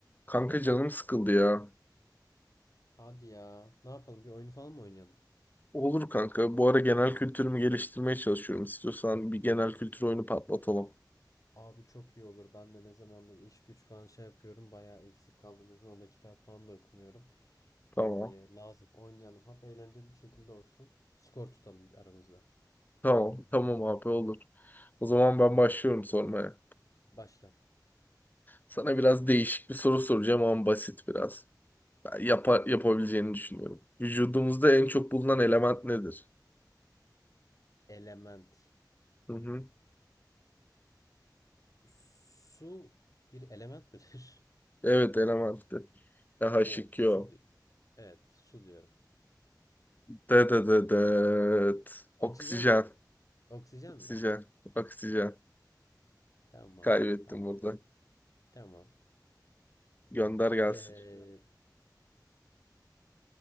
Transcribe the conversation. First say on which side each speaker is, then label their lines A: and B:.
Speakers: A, on the left (about 25°); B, on the left (about 50°).
A: Kanka canım sıkıldı ya.
B: Hadi ya. Ne yapalım? Bir oyun falan mı oynayalım?
A: Olur kanka. Bu ara genel kültürümü geliştirmeye çalışıyorum. İstiyorsan bir genel kültür oyunu patlatalım.
B: Abi çok iyi olur. Ben de ne zamandır iş güç falan şey yapıyorum. Bayağı eksik kaldım. Ne zamandır kitap falan da okumuyorum.
A: Tamam.
B: Ee, lazım. Oynayalım. Hatta eğlenceli bir şekilde olsun. Skor tutalım bir aramızda.
A: Tamam. Tamam abi olur. O zaman ben başlıyorum sormaya.
B: Başla.
A: Sana biraz değişik bir soru soracağım ama basit biraz. Ben yapar, yapabileceğini düşünüyorum. Vücudumuzda en çok bulunan element nedir?
B: Element.
A: Hı hı.
B: Su bir element midir?
A: Evet elementti.
B: <laughs>
A: Daha
B: Evet.
A: şık
B: Su.
A: yok.
B: di- Evet. Su diyorum.
A: De de de de.
B: Oksijen
A: Oksijen.
B: mi? Oksijen
A: Oksijen.
B: mi?
A: Oksijen.
B: <laughs> Tamam.
A: Kaybettim
B: Tamam.
A: burada.
B: Tamam.
A: <laughs> Gönder gelsin.
B: Ee,